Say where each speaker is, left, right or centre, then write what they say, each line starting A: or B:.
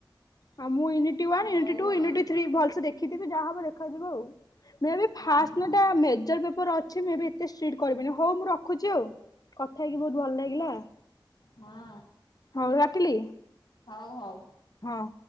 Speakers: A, on the left (about 50°); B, on the left (about 80°).
A: ହଁ ମୁଁ ୟୁନିଟି ୱାନ୍
B: ହଉ
A: ୟୁନିଟ ଟୁ ୟୁନିଟ
B: ଆ।
A: ଥ୍ରୀ ଭଲସେ ଦେଖିଥିବି ଯାହା ହବ ଦେଖାଯିବ ଆଉ। ମେ ବି ଫର୍ଷ୍ଟ
B: ଓହୋ
A: ଦିନଟା ମେଜର ପେପର ଅଛି ମେ ବି ଏତେ ଷ୍ଟ୍ରିକ୍ଟ କରିବେନି ହଉ ମୁଁ ରଖୁଛି ଆଉ। କଥା ହେଇକି ବହୁତ ଭଲ ଲାଗିଲା।
B: ହଁ।
A: ହଉ ରଖିଲି।
B: ହଉ ହଉ।
A: ହଁ।